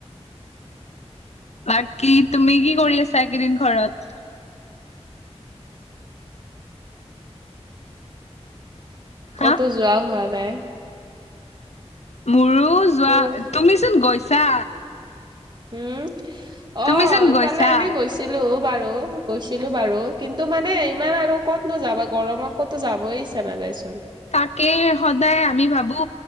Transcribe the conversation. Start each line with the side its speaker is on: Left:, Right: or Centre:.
Left: বাকী তুমি কি কৰি আছা একেইদিন ঘৰত? হা
Right: ক'তো যোৱা হোৱা নাই?
Left: মোৰো যোৱা,
Right: বোলো
Left: তুমিচোন গৈছা।
Right: উম, অ'
Left: তুমিচোন
Right: ইফালে
Left: গৈছা
Right: এনে গৈছ ছিলো বাৰু গৈছিলো বাৰু, কিন্তু মানে ইমান আৰু ক'ত নো যাবা গৰমত ক'ত যাবই ইচ্ছা নাযাইচোন?
Left: তাকে সদায় আমি ভাবো